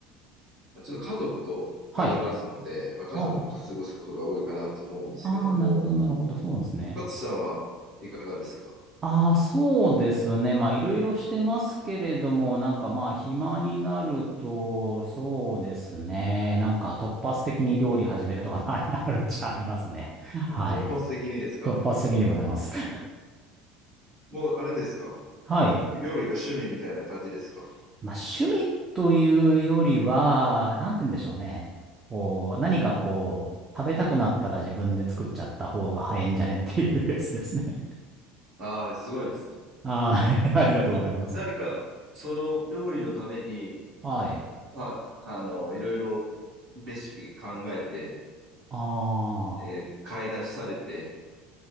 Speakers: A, on the right (about 45°); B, on the right (about 20°).
A: まあ、ちょっと家族とがいますので、
B: はい。
A: まあ、家族と過ごすことが多いかなと思うんですけども、
B: あはは。あー、なるほど、なるほど。そうなんですね。
A: 勝さんはいかがですか
B: ああ、そうですね。まあ、いろいろしてますけれども、なんかまあ、暇になると、そうですね。なんか突発的に料理始めるとか、<laughs> ありあるっちゃありますね。はい。
A: あ突発的にですか
B: 突発的でございます。<laughs>
A: もうあれですか
B: はい。
A: 料理が趣味みたいな感じですか
B: まあ、趣味というよりは、なんて言うんでしょうね。こう、何かこう、食べたくなったら自分で作っちゃった方が早いんじゃねっていうやつですね。
A: ああー、すごいですね。
B: <laughs> ああ、<laughs> ありがとうございます。
A: もう誰かその料理のために
B: はい。
A: さ、あの、いろいろレシピ考えて、
B: ああ、
A: えー買い出しされて、